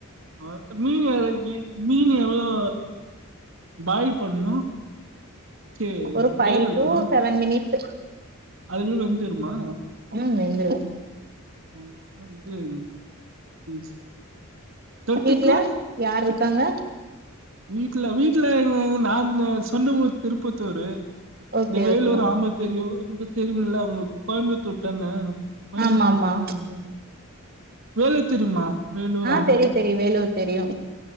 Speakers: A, on the right; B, on the right.
A: அ மீன் எறக்கி மீன் எவ்ளோ பாய்ல் பண்னு தே
B: ஒரு ஃபைவ்
A: வேக வக்குனு
B: டு செவன் மினிட்ஸ்சு
A: அதுகுள்ள வெந்தேருமா
B: ம் வெந்துரு
A: <unintelligible> தொட்டுக்கு
B: வீட்ல யாரு இருக்காங்க
A: வீட்ல வீட்ல எங்க நானு சொந்த ஊரு திருப்பத்தூரு
B: ஓகே
A: இந்த வேலூர்
B: ஓகே
A: ஆம்பத் தெரியு தெரியும்ல உங்களுக்கு கோயம்புத்தூர் தான கோயம்புத்தூர்
B: ஆமா ஆமா
A: தான நீங்க வேலூர் தெரிமா வேலூர்
B: ஆ
A: அம்பூர்
B: தெரியு தெரியு வேலூர் தெரியு